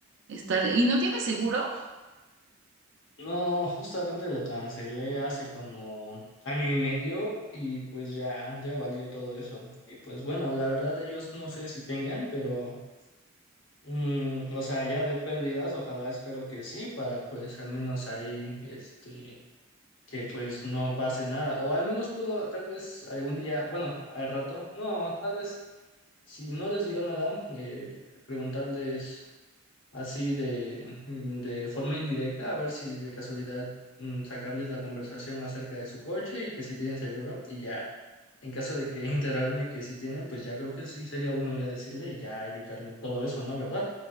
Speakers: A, on the right; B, on the left.
A: estar. ¿Y no tienes seguro?
B: No, justamente lo cancelé hace como año y medio y pues ya, ya valió todo eso. Y pues bueno, la verdad ellos no sé si tengan, pero mm, o sea, ya de pérdidas, ojalá espero que sí, para pues al menos ahí, este, que pues no pase nada. O al menos puedo tal vez algún día, bueno, al rato, no, tal vez si no les digo nada, eh, preguntarles así de, mm, de forma indirecta, a ver si de casualidad mm, sacarles la conversación acerca de su coche y que si tienen seguro y ya, en caso de que <laughs> enterarme que si tienen, pues ya creo que sí sería bueno ya decirle y ya evitarme todo eso, ¿no? ¿Verdad?